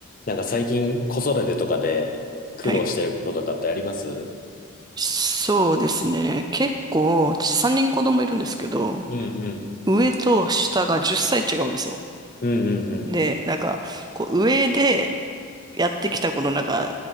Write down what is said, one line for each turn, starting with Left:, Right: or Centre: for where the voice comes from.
Left: なんか最近子育てとかで苦労してることとかってありますう
Right: はい。そうですね。結構、私3人子供いるんですけど、
Left: んうん。
Right: 上と下が10歳違うんですよ。
Left: うんうんうんうん。
Right: で、なんか、こう上でやってきたこのなんか、